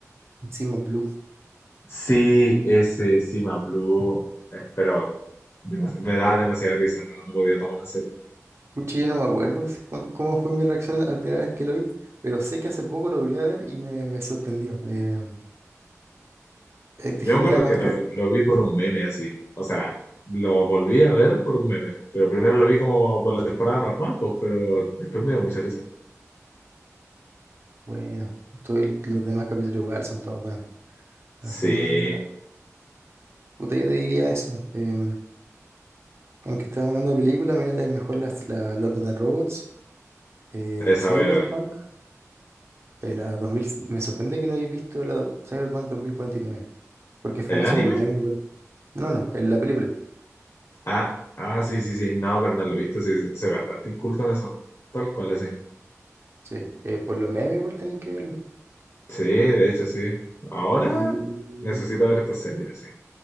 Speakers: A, on the right; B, on the left.
A: Encima Blue.
B: Sí, ese Sima Blue, eh, pero demas- me da demasiada risa, no, no podía tomarlo en serio.
A: Mucho yo no me acuerdo si- cuán- cómo fue mi reacción al primera vez que lo vi, pero sé que hace poco lo volví a ver y me, me sorprendió. Eh, eh, te
B: Yo
A: genera
B: me acuerdo
A: como
B: que
A: estas...
B: lo, lo vi por un meme así. O sea, lo volví a ver por un meme. Pero primero lo vi como por la temporada normal, pues, pero después me dio mucha risa.
A: Bueno, todos el- los demás capítulos igual son todos buenos.
B: Sí,
A: La segunda temporada- Puta, yo te diría eso. em, aunque estábamos hablando de películas, mírate mejor las, la Love, Death and Robots, eh,
B: esa
A: Cyberpunk,
B: voy a Sí. ver.
A: eh, la 2000... Me sorprende que no hayáis visto la Cyberpunk 2049, porque es
B: ¿El
A: famoso
B: anime?
A: por los memes igual. No, no, en la película.
B: Ah, ah, sí, sí, sí. No, pero no lo he visto. Sí, soy bastante inculto en eso. Tal cual, así.
A: Sí, eh, por los memes igual tenéis que verlo.
B: Sí, de hecho, sí. Ahora
A: Ahí...
B: necesito ver esta serie, así.